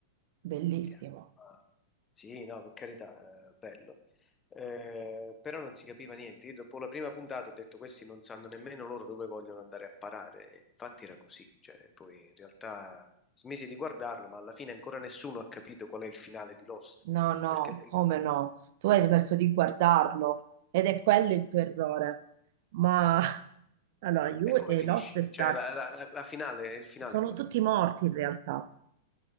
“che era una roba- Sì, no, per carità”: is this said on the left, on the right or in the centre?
Left